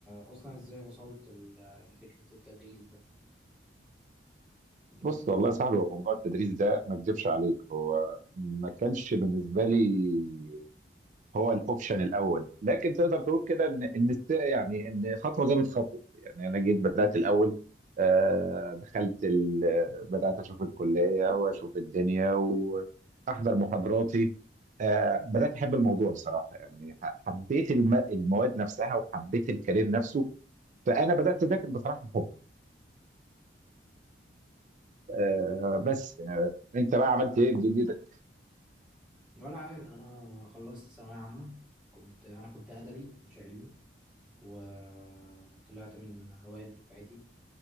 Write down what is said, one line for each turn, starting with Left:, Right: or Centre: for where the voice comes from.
Centre: اصلا ازاي وصلت ل- لفكره التدريس ده انت
Right: بص
Centre: كنت
Right: والله يا صاحبي هو موضوع التدريس ده ما اكدبش عليك هو ما كانش بالنسبة لي هو الاوبشن الاول لكن تقدر تقول كده ان ان است- يعني ان خطوه جابت خطوه يعني انا جيت بدات الاول آه، دخلت ال- بدات اشوف الكليه واشوف الدنيا واحضر محاضراتي آه، بدات احب الموضوع بصراحه يعني ح- حبيت الم- المواد نفسها وحبيت الكارير نفسه فانا بدات اذاكر بصراحه حب آه، بس آه، انت بقى عملت ايه في دنيتك
Centre: ولا حاجه انا خلصت ثانويه عامه كنت انا كنت ادبي مش علمي وطلعت من اوائل دفعتي